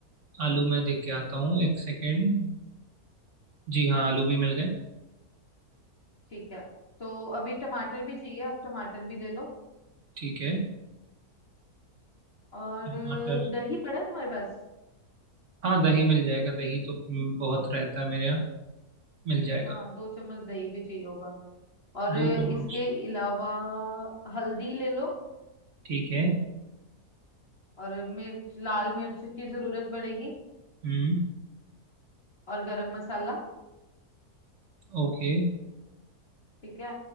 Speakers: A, on the right (about 55°); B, on the left (about 40°).
A: आलू मैं देख के आता हूँ एक सेकेंड जी हाँ आलू भी मिल गए
B: ठीक है तो अभी टमाटर भी चाहिए आप टमाटर भी ले लो
A: ठीक है
B: और
A: टमाटर
B: अ, दही पड़ा है तुम्हारे पास
A: हाँ दही मिल जाएगा दही तो हम्म, बहुत रहता है मेरे यहाँ मिल जाएगा
B: हाँ दो चम्मच दही भी चाहिए होगा और इसके
A: दो चम्मच
B: अलावा हल्दी ले लो
A: ठीक है
B: और मिर्च लाल मिर्च की जरूरत पड़ेगी
A: हम्म
B: और गरम मसाला
A: ओके
B: ठीक है